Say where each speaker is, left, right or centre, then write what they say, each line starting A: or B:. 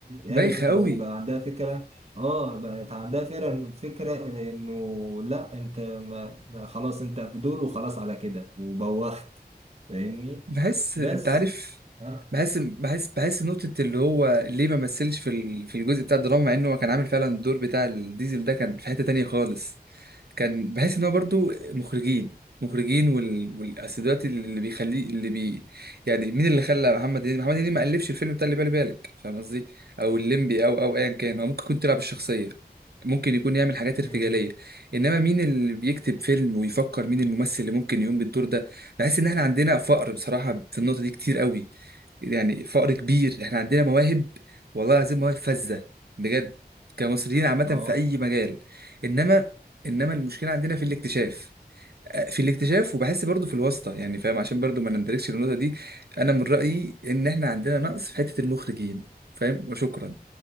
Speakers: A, on the right; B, on the right.
A: عرفت
B: بايخ قوي
A: او بقى عندها فكرة اه بقت عندها فكرة فكرة انه لا انت ما ما خلاص انت في دول وخلاص على كده وبوخت فاهمني
B: بحس
A: بس
B: انت عارف
A: ها
B: بحس بحس بحس نقطة اللي هو ليه ما مثلش في ال- في الجزء بتاع الدراما مع انه هو كان عامل فعلا الدور بتاع الديزل ده كان في حتة تانية خالص كان بحس ان هو برضو مخرجين مخرجين وال والأصل دلوقتي اللي بيخليه اللي بي يعني مين اللي خلى محمد هنيدي محمد هنيدي ما قلبش الفيلم بتاع اللي بالي بالك فاهم قصدي او الليمبي او او ايا كان
A: مم.
B: هو ممكن يكون تلعب الشخصية ممكن يكون يعمل حاجات ارتجالية
A: مم.
B: انما مين اللي بيكتب فيلم ويفكر مين الممثل اللي ممكن يقوم بالدور ده بحس ان احنا عندنا فقر بصراحه في النقطه دي كتير قوي يعني فقر كبير احنا عندنا مواهب والله العظيم مواهب فذه بجد كمصريين عامه
A: اه
B: في اي مجال انما انما المشكله عندنا في الاكتشاف في الاكتشاف وبحس برضو في الواسطه يعني فاهم عشان برضو ما نندركش النقطه دي انا من رايي ان احنا عندنا نقص في حته المخرجين فاهم وشكرا